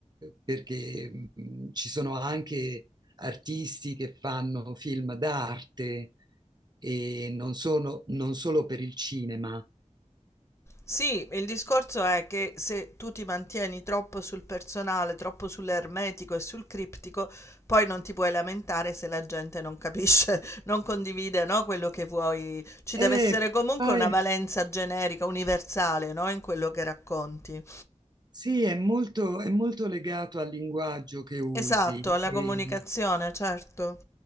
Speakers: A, on the right (about 35°); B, on the left (about 20°).
A: perché mh, ci sono anche artisti che fanno film d'arte e non sono, non solo per il cinema.
B: Sì, il discorso è che se tu ti mantieni troppo sul personale, troppo sull'ermetico e sul criptico, poi non ti puoi lamentare se la gente non capisce, <laughs> non condivide, no, quello che vuoi. Ci
A: È,
B: deve essere comunque
A: fa-
B: una valenza generica, universale, no, in quello che racconti.
A: sì, è molto, è molto legato al linguaggio che usi
B: Esatto, alla
A: e,
B: comunicazione, certo.